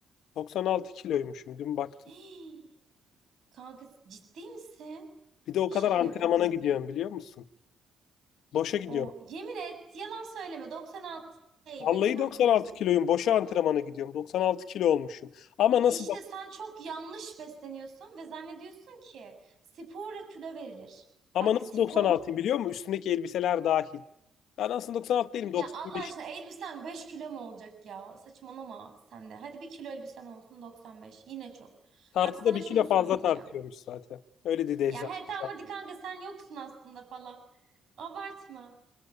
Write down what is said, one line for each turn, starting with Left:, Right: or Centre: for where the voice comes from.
Left: 96 kiloymuşum dün baktım.
Right: <gasps> Kanka ciddi misin?
Left: Bir de o
Right: Şaka
Left: kadar antrenmana
Right: yapıyorsun.
Left: gidiyorum biliyor musun? Boşa gidiyorum.
Right: O yemin et, yalan söyleme. 96 değil,
Left: Vallahi
Right: beni kandırıyorsun.
Left: 96 kiloyum. Boşa antrenmana gidiyorum. 96 kilo olmuşum. Ama nasıl
Right: İşte
Left: da
Right: sen çok yanlış besleniyorsun ve zannediyorsun ki sporla kilo verilir.
Left: ama
Right: Bak
Left: nasıl
Right: spor
Left: 96'yım biliyor musun? Üstümdeki elbiseler dahil. Ben aslında 96 değilim
Right: ya
Left: 95.
Right: Allah aşkına elbisen 5 kilo mu olacak ya? Saçmalama sen de. Hadi bir kilo elbisen olsun 95. Yine çok.
Left: Tartıda
Right: Bak sana
Left: bir
Right: şunu
Left: kilo
Right: söyleyeceğim.
Left: fazla tartıyormuş zaten. Öyle dedi eczacı.
Right: Ya he tamam hadi kanka sen yoksun aslında falan. Abartma.